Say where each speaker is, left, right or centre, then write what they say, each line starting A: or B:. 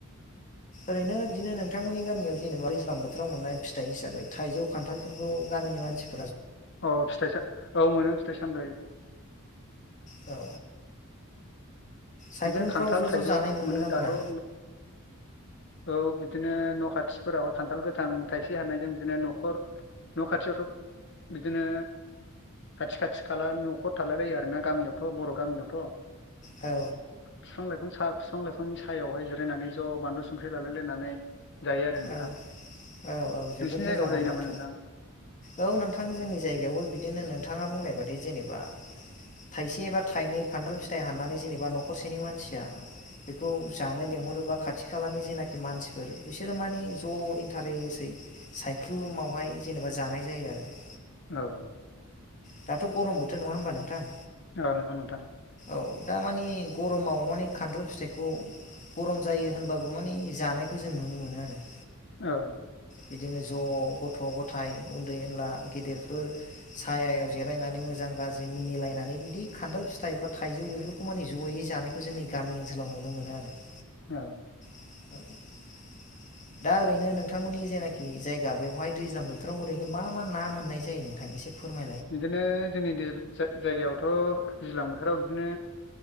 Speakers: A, on the left; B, on the left.
A: ओरैनो बिदिनो नोंथांमोननि गामियाव जेनेबा दैज्लां बोथोराव मोननाय फिथाइ हिसाबै थाइजौ खान्थालफोरखौ गामिनि मानसि
B: औ फिथाइ औ मोनो फिथाइ सामथाइ
A: औ सायख्लुमफ्राव
B: बिदिनो खान्थाल
A: ज'
B: थाइजौ
A: ज' जानाय नुनो
B: मोनो
A: ना
B: दाथ'
A: मोना?
B: औ बिदिनो न' खाथिफोराव खान्थाल गोथां थाइसे हानायजों बिदिनो न'खर न' खाथियावथ' बिदिनो खाथि खाथि खाला न'खर थालायलायो आरोना गामियावथ' बर' गामियावथ'।
A: औ
B: फिफां लाइफां सा फिफां लाइफांनि सायावहाय जिरायनानै ज' बानलु संख्रि लालायलायनानै जायो आरो नोंथां।
A: औ औ औ जोबोद
B: नोंसिनि जायगायावबो
A: मोजां
B: जायो
A: अब्लाथ'
B: नामा नोंथां?
A: औ नोंथां जोंनि जायगायावबो बिदिनो नोंथाङा बुंनाय बादि जेनेबा थाइसे एबा थाइनै खान्थाल फिथाइ हाननानै जेनेबा न'खरसेनि मानसिया बेखौ जानो लेंहरोबा खाथि खालानि जायनाखि मानसिफोर बिस सोरो माने ज' इन्टारेसै साइख्लुमावहाय जेनेबा जानाय जायो आरो।
B: औ औ।
A: दाथ' गरम बोथोर नङा होमबा नोंथां?
B: औ नंगौ नोंथां
A: औ दामाने गरमाव माने खान्थाल फिथाइखौ गरम जायो होनबाबो माने जानायखौ जों नुनो मोनो आरो।
B: औ।
A: बिदिनो ज' गथ' गथाय उन्दै उनला गेदेरफोर सायायाव जेरायनानै मोजां गाज्रि मिनिलायनानै बिदि खान्थाल फिथाइ एबा थाइजौ बेफोरखौ माने ज'यै जानायखौ जोंनि गामि ओनसोलाव नुनो मोनो आरो।
B: औ।
A: <inaudible> दा ओरैनो नोंथांमोननि जेनाखि जायगा बेवहाय दैज्लां बोथोराव ओरैनो मा मा ना मोननाय जायो नोंथां एसे फोरमाय
B: बिदिनो जोंनि दोल जा जायगायावथ' दैज्लां बोथोराव बिदिनो